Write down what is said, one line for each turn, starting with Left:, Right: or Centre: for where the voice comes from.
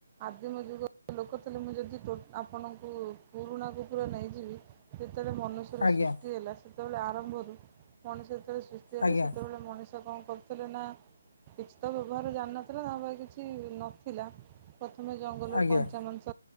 Right: ଆଦିମ ଯୁଗ ଲୋକ ଥିଲେ ମୁଁ ଯଦି ଆପଣଙ୍କୁ ପୁରୁଣା ଯୁଗରୁ ନେଇଯିବି। ଯେତେବେଳେ ମନୁଷ୍ୟ ଯେତେବେଳେ
Left: ଆଜ୍ଞା
Right: ସୃଷ୍ଟିହେଲା ସେତେବେଳେ ଆରମ୍ଭରୁ ମଣିଷ ଯେତେବେଳେ ସୃଷ୍ଟି ହେଲା
Left: ଆଜ୍ଞା
Right: ସେତେବେଳେ ମଣଷ ତ କଣ କରୁଥିଲେ ନା କିଛି ତ ବ୍ୟବହାର ଜାଣିନଥିଲା ତାପରେ କିଛି ନଥିଲା। ପ୍ରଥମେ ଜଙ୍ଗଲରୁ
Left: ଆଜ୍ଞା
Right: କଞ୍ଚା
Left: ଆଜ୍ଞା
Right: ମାଂସ